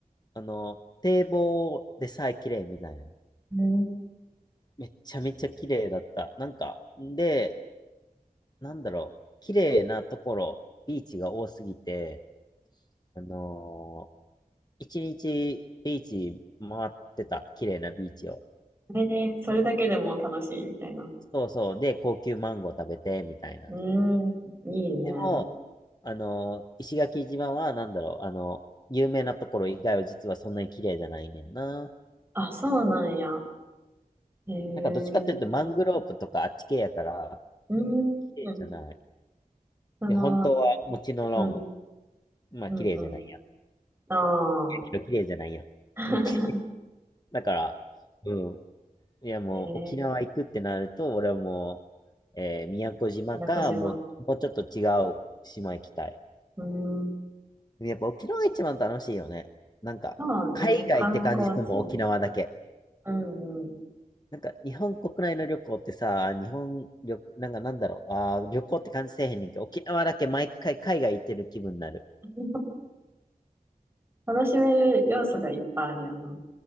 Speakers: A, on the left; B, on the right.
A: あの、堤防でさえ綺麗みたいな。
B: うん。
A: めっちゃめちゃ綺麗だった。なんか、で、なんだろう、綺麗なところ、ビーチが多すぎて、あのー一日ビーチ回ってた。綺麗なビーチを。
B: へえ、それだけでも楽しいみたいな。
A: そうそう。で、高級マンゴー食べて、みたいな。
B: うん、いいね。
A: でも、あの、石垣島は、なんだろう、あの、有名なところ以外は実はそんなに綺麗じゃないねんな。
B: あ、そうなんや。へえ、
A: なんかどっちかっていうと、マングローブとかあっち系やから、
B: うん、
A: 綺麗じゃない。
B: うん。その、
A: で、本当は、もちろん、
B: うん、
A: まあ、
B: うん、
A: 綺麗じゃないやん。
B: うん。ああ。
A: 綺麗やけど綺麗じゃないやん。<laughs>
B: <laughs>
A: うんきだから、うん。いや、もう沖縄行くってなると、
B: えー、
A: 俺はもう、えー宮古島か、
B: 宮古島。
A: もう、もうちょっと違う島行きたい。
B: うーん、
A: やっぱ沖縄が一番楽しいよね。なんか、
B: そうね、
A: 海外って感じするもん、
B: 観光地。
A: 沖縄だけ。
B: うんうん。
A: なんか、日本国内の旅行ってさ、日本旅、なんかなんだろう、あー旅行って感じせえへんねんけど、沖縄だけ毎回海外行ってる気分になる。
B: <laughs> 楽しめる要素がいっぱいあるよな。